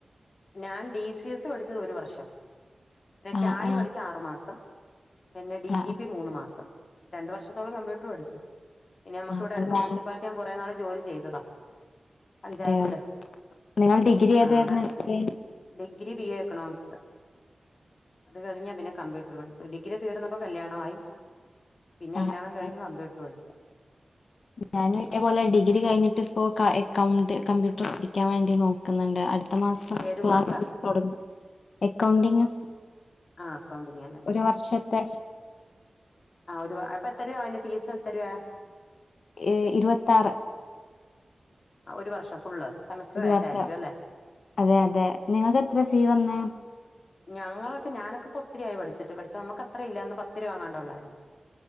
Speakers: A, on the left; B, on the left.
A: ഞാൻ ഡി സി എസ് പഠിച്ചത് ഒരു വർഷം എഹ് റ്റാ
B: ആഹ്
A: ലി
B: ആഹ്
A: പഠിച്ച ആറു മാസം പിന്നെ ഡി
B: ആഹ്
A: റ്റി പി മൂന്ന് മാസം രണ്ടു വർഷത്തോളം കമ്പ്യൂട്ടർ പഠിച്ചു പിന്നെ നമ്മുക്ക്
B: ആഹ്
A: ഇവിടെ അടുത്ത്
B: അതെയോ
A: മുനിസിപ്പാലിറ്റി ഞൻ കുറെ നാൾ ജോലി ചെയ്തതാ പഞ്ചായത്തില്
B: അതെയ നിങ്ങൾ ഡിഗ്രി
A: ആ
B: ഏതായിരുന്നു
A: അവിടെ
B: എട്തെ
A: ഡിഗ്രി ബി എ എക്കണോമിക്സ് അത് കഴിഞ്ഞാ പിന്നെ കമ്പ്യൂട്ടർ പി ഡിഗി തീർന്നപ്പോ കല്യാണമായി പിന്നെല്യാണം
B: ആഹ് ആഹ്
A: കഴഞ് കമ്പ്യൂർ പഠിച്ചഹ്
B: ഞാനും ഇതേപോലെ ഡിഗ്രി കഴിഞ്ഞിട്ടിപ്പോ ക എക്കൗണ്ട് കമ്പ്യൂട്ടർ പഠിക്കാൻ വേണ്ടി നോക്കുന്നുണ്ട് അ ടുത്ത മാസം
A: ഏത്
B: ക്ലാസ്
A: കോഴ്സാ
B: തുടങ്ങും എക്കൗണ്ടിംങ്
A: ആഹ് അക്കൗണ്ടിങ് അല്ലേ
B: ഒരു വർഷത്തെ
A: ആഹ് ഒരു അപ്പ എത്തരുയാ അതിന്റെ ഫീസെത്തരുവാ
B: ഏഹ് ഇരുവത്താറ്
A: ഒരു വർഷം ഫുള്ള് സെമസ്റ്ററായിട്ടാരിക്കും
B: ഒരു വർഷം
A: അല്ലെ
B: അതെ അതെ നിങ്ങക്കെത്ര ഫീ വന്നേ
A: ഞങ്ങളൊക്കെ ഞാനൊ‌ക്കിപ്പൊ ഒത്തിരിയായി പഠിച്ചിട്ട് പഠിച്ച നമ്മുക്കത്ര ഇല്ല അന്ന് പത്ത് രൂപ എങ്ങാണ്ടൊള്ളായിരുന്ന്